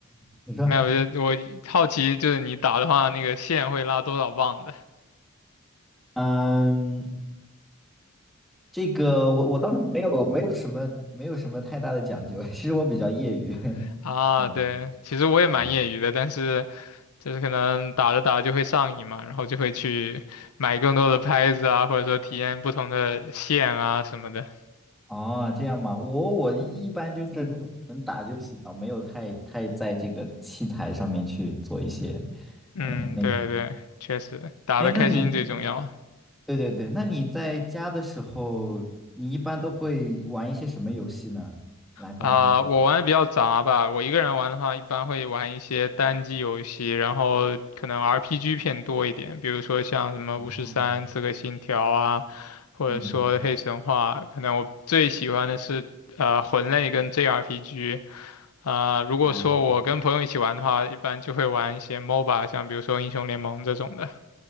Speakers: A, in the centre; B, on the left.
A: 你说，
B: 没有，我就我好奇就是你打的话，那个线会拉多少磅的
A: 嗯。这个我我倒是没有没有什么没有什么太大的讲究，<laughs> 其实我比较业余。<laughs>
B: <laughs> 啊？
A: 嗯
B: 对，其实我也蛮业余的，
A: 嗯，
B: 但是就是可能打着打着就会上瘾嘛，然后就会去买更多的拍子啊，或者说体验不同的线啊什么的。
A: 哦，这样吗？我我一般就是能打就行了，没有太太在这个器材上面去做一些，
B: 嗯，
A: 嗯，那
B: 对对，确实打的开心最重要。
A: 哎，那你对对对，那你在家的时候，你一般都会玩一些什么游戏呢？来放松自己。
B: 啊，我玩的比较杂吧。我一个人玩的话，一般会玩一些单机游戏，然后可能 RPG 偏多一点，比如说像什么《巫师三》《刺客信条》啊，
A: 哦，
B: 或者说《黑神话》。
A: 嗯，嗯
B: 可能我最喜欢的是呃魂类跟 JRPG。啊、如果说我跟朋友一起玩的话，
A: 哦。
B: 一般就会玩一些 MOBA，像比如说《英雄联盟》这种的。